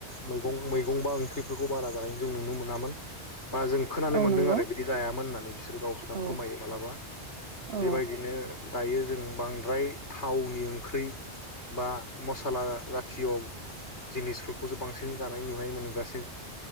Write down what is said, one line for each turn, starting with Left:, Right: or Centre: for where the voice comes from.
Left: मैगं मै गंबा ओंख्रिफोरखौ बारा जानाय जों नुनो मोनामोन। बा जों खोनानो
Right: औ
Left: मोनदों
Right: नंगौ
Left: आरो बिदि जायामोन होननानै बिसोर गावसोरा
Right: औ
Left: फोरमायो मालाबा।
Right: औ
Left: बेबायदिनो दायो जों बांद्राय थावनि ओंख्रि बा मसाला जाथिय' जिनिसफोरखौसो बांसिन जानाय नुनाय मोनगासि